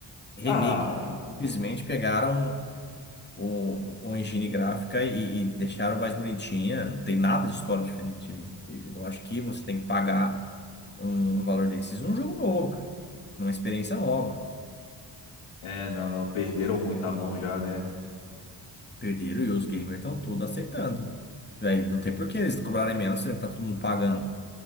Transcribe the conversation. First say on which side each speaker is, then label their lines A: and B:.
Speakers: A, on the left; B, on the left.
A: Remake.
B: Ah,
A: Eles simplesmente pegaram o, o engine gráfica e, e deixaram mais bonitinha. Não tem nada de história diferente ali. E Eu acho que você tem que pagar um, um valor desses num jogo novo, cara. Numa experiência nova.
B: é, não, não, perderam muita mão já, né?
A: Perderam e os gamers estão tudo aceitando. Véi, não tem por que eles cobrarem menos se tá todo mundo pagando.